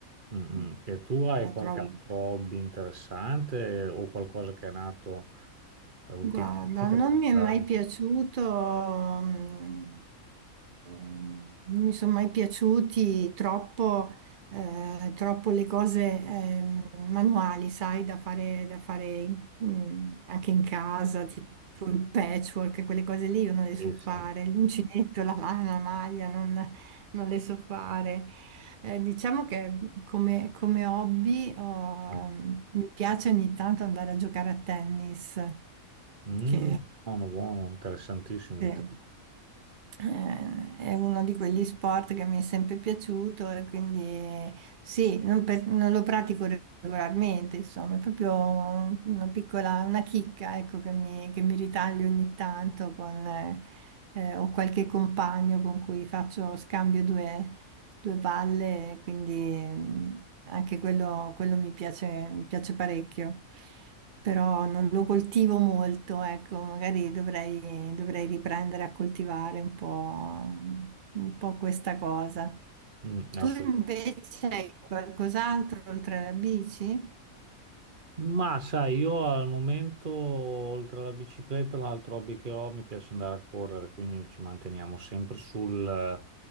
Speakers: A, on the right; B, on the right.
A: mm. mm.
B: Mm.
A: E tu hai
B: La
A: qualche
B: trovo.
A: altro hobby interessante o qualcosa che è nato eh, ultimamente
B: Guarda, non
A: per
B: mi è
A: caso?
B: mai piaciuto, mm, ehm, non mi sono mai piaciuti troppo, eh, troppo le cose, ehm, manuali, sai, da fare, da fare, mm, anche in casa, tipo il patchwork, quelle cose lì io non le so
A: Sì, sì.
B: fare, l'uncinetto, la lana, la maglia, non, non le so fare. Eh, diciamo che come, come hobby ho-
A: Mm.
B: mi piace ogni tanto andare a giocare a tennis,
A: Mm,
B: che,
A: buono, buono, interessantissimo
B: che,
A: il tema.
B: eh, è uno di quegli sport che mi è sempre piaciuto e quindi sì, non, per- non lo pratico regolarmente, insomma, è proprio una piccola, una chicca, ecco, che mi, che mi ritaglio ogni tanto con... eh, eh, ho qualche compagno con cui faccio scambio due, due palle, quindi mm, anche quello, quello mi piace, mi piace parecchio, però non lo coltivo molto, ecco, magari dovrei, dovrei riprendere a coltivare un po', un po' questa cosa.
A: Mm,
B: Tu
A: assolut-
B: invece hai qualcos'altro oltre alla bici?
A: Ma sai, io al momento, oltre alla bicicletta, l'altro hobby che ho, mi piace andare a correre, quindi ci manteniamo sempre sul-